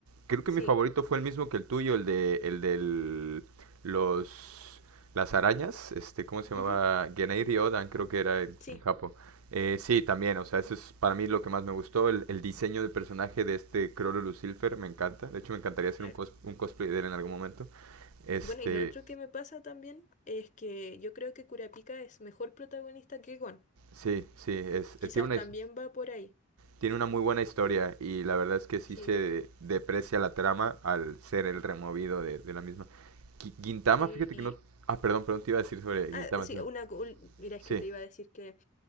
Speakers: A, on the right; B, on the left.
A: Creo que
B: sí,
A: mi favorito fue el mismo que el tuyo, el de el del los las arañas, este, ¿cómo se
B: ujú,
A: llamaba? Genei Ryodan, creo que era en,
B: sí,
A: en Japón. Eh, sí, también, o sea, eso es para mí lo que más me gustó, el, el diseño del personaje de este Crollo Silver me encanta. De hecho, me encantaría hacer
B: claro.
A: un, cos- un cosplay de él en algún momento. Este,
B: Bueno, y lo otro que me pasa también es que yo creo que Kurapika es mejor protagonista que Gon.
A: Sí, sí, es, es-
B: Quizás
A: tiene una,
B: también
A: his-
B: va por ahí.
A: tiene una muy buena historia y la verdad es que sí
B: Sí,
A: se deprecia la trama al ser el removido de, de la misma. Qui- Gintama,
B: sí,
A: fíjate
B: y...
A: que no... Ah, perdón, perdón, te iba a decir sobre
B: Ah,
A: Gintama.
B: sí,
A: sí.
B: una... cu- Mira, es
A: Sí,
B: que te iba a decir que